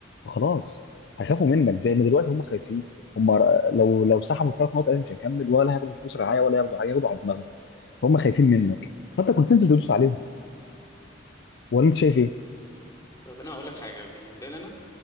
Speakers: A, on the left; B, on the left.
A: فخلاص هيخافوا منك زي ما دلوقتي هم خايفين هم ر- لو لو سحبوا الثلاث نقط الاهلي مش هيكمل ولا هياخدوا فلوس رعايه ولا هياخدوا حاجه هياخدوا على دماغهم فهم خايفين منك فانت كنت تنزل تدوس عليهم ولا انت شايف ايه؟
B: طيب انا هقول لك حاجه بالنسبه لنا